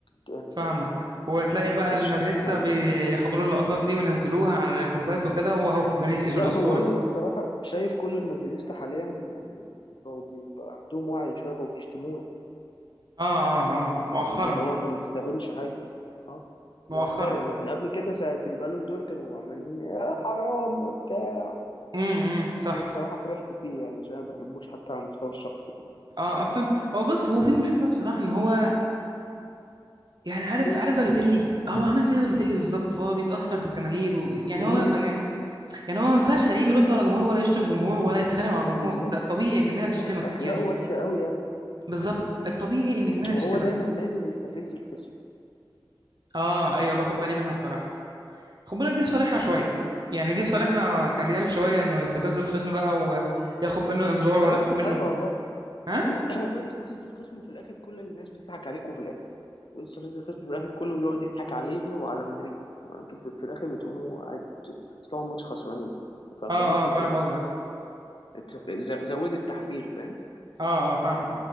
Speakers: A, on the left; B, on the right.
A: جامد
B: فاهمك
A: يعني
B: وتلاقي بقى
A: ما كنتش
B: المدريستا
A: تستحق
B: بياخدوا
A: يعني
B: له اللقطات دي وينزلوها على الجروبات وكده واهو فينيسيوس
A: لا
B: الاسطوره
A: هو انا الصراحه شايف كل المدريديستا حاليا يعني بقوا بيبقى عندهم وعي شويه بقوا بيشتموه يعني
B: اه اه اه
A: يعني
B: مؤخرا
A: اللي هو انت ما تستاهلش حاجه يعني اه
B: مؤخرا
A: مؤخرا لكن قبل كده ساعه البالون دور كانوا عمالين يا حرام وبتاع
B: امم إمم، صح
A: انا الصراحه فرحت فيه يعني عشان أنا ما بحبوش حتى على المستوى الشخصي
B: اه اصلا هو بص هو في مشكله بصراحه ان هو يعني عارف
A: يعني.
B: عارف بالوتيلي هو عامل زي بالوتيلي بالظبط هو بيتاثر بالجماهير ويعني
A: مم.
B: هو يعني يعني هو ما ينفعش لعيب يرد على جمهور ولا يشتم جمهور ولا يتخانق مع جمهور
A: امم بالظبط
B: ده الطبيعي الجماهير هتشتمك
A: أخ- اخلاقه
B: يعني
A: وحشه قوي يعني
B: بالظبط الطبيعي ان الجماهير
A: وهو
B: هتشتمك
A: دايما نازل يستفز الخصم
B: اه ايوه باخد بالي منها بصراحه خد بالك دي في صالحنا شويه يعني دي في صالحنا كريال شويه انه يستفز الخصم بقى وياخد منه انذار
A: مش في صالحكم
B: ولا ياخد
A: في
B: منه
A: حاجه والله
B: ها
A: <clears throat> هو بيقعد يستفز الخصم وفي الاخر كل الناس بتضحك عليك وفي الاخر يعني بيقعد يستفز الخصم في الاخر كله بيقعد يضحك عليه وعلى مدريد انتوا بت- في الاخر بتقوموا عادي بت- بتطلعوا ماتش خسرانين ففادتكم
B: اه اه فاهم
A: في ايه؟
B: قصدك
A: ات- ز- زودوا التحفيل فاهم؟
B: اه اه فاهمك